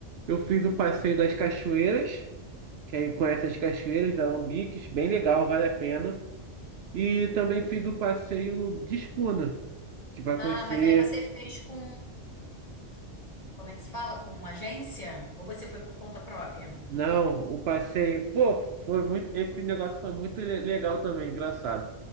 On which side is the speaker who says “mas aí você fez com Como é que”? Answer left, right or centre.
Left